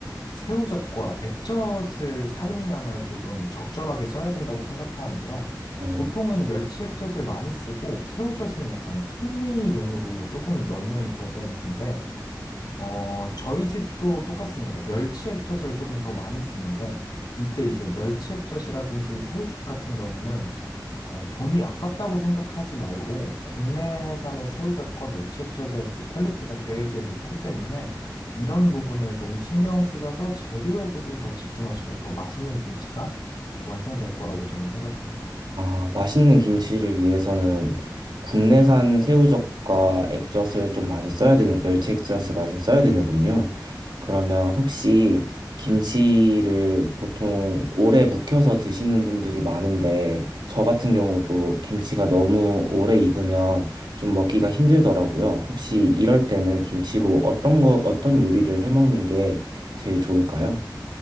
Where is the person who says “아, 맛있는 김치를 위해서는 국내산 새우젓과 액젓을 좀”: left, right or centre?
Right